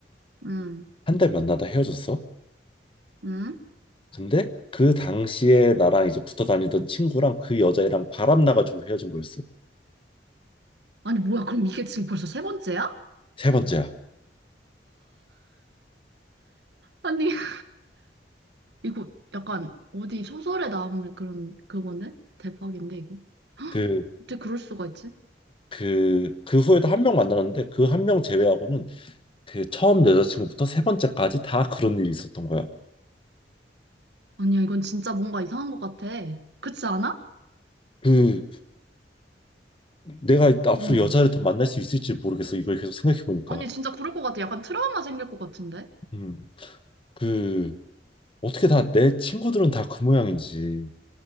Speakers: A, on the right; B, on the left.
A: 음,
B: 한 달 만나다 헤어졌어.
A: 음.
B: 근데 그 당시에 나랑 이제 붙어 다니던 친구랑 그 여자애랑 바람 나가지고 헤어진 거였어.
A: 아니 뭐야? 그럼 이게 지금 벌써 세 번째야?
B: 세 번째야.
A: 아니 <laughs> 이거 약간 어디 소설에 나오는 그런 그건데? 대박인데 이거?
B: 그
A: 어떻게 그럴 수가 있지?
B: 그 그 후에도 한 명 만나는데 그 한 명 제외하고는 그 처음 여자친구부터 세 번째까지 다 그런 일이 있었던 거야.
A: 아니야 이건 진짜 뭔가 이상한 것 같아. 그렇지 않아?
B: 그 내가 앞으로
A: 어머.
B: 여자를 더 만날 수 있을지 모르겠어. 이걸 계속 생각해 보니까.
A: 아니 진짜 그럴 것 같아. 약간 트라우마 생길 것 같은데?
B: 음. 그 어떻게 다 내 친구들은 다 그 모양인지.